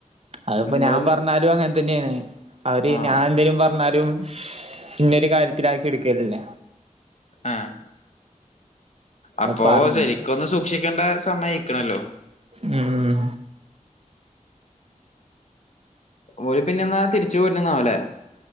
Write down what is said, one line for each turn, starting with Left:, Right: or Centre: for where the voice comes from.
Right: അതിപ്പോ
Left: നിങ്ങളും
Right: ഞാൻ പറഞ്ഞാലും അങ്ങനെ തന്നെയാണ്. അവര്
Left: ആഹ്
Right: ഞാൻ എന്തെലും പറഞ്ഞാലും ഇന്നൊരു കാര്യത്തിലാക്കി എടുക്കലില്ല
Left: ആഹ് അപ്പൊ
Right: പറ
Left: ശരിക്കൊന്ന് സൂക്ഷിക്കേണ്ട സമയം ആയിക്കണല്ലോ
Right: ഉം
Left: ഓല് പിന്നെ എന്നാ തിരിച്ചു പോരന്നാവല്ലേ